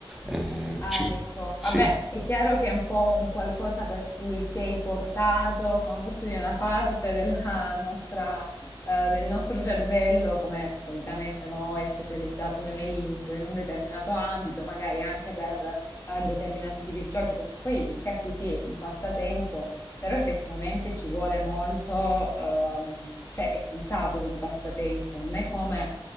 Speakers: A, in the centre; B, on the left.
A: Eh,
B: Ah,
A: ci...
B: ecco.
A: Sì,
B: Vabbè, è chiaro che è un po' un qualcosa per cui sei portato, come posso dire, una parte della <laughs> nostra, eh, del nostro cervello, come solitamente no, è specializzato nelle lingue, in un determinato ambito, magari anche per eh, determinati tipi di giochi, perché poi gli scacchi sì, un passatempo, però effettivamente ci vuole molto, ehm, cioè è pensato come passatempo, non è come